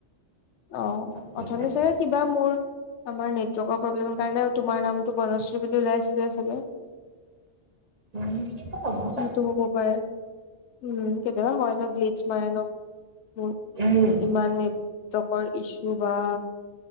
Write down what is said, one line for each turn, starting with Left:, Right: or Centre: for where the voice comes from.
Left: অ
Right: তাকে
Left: অথনি
Right: তাকে
Left: চাগে কিব বা মোৰ, আমাৰ নেটৱৰ্কৰ প্ৰব্লেম কাৰণে তোমাৰ নামটো বনশ্ৰী বুলি ওলাই আছিলে চাগে?
Right: উম সেইটো হ'ব
Left: সেইটো
Right: পাৰে
Left: হ'ব পাৰে। উম কেতিয়াবা হয় ন গ্লিচ মৰা ন উম।
Right: উম।
Left: ইমান নেটৱৰ্কৰ ইছু বা!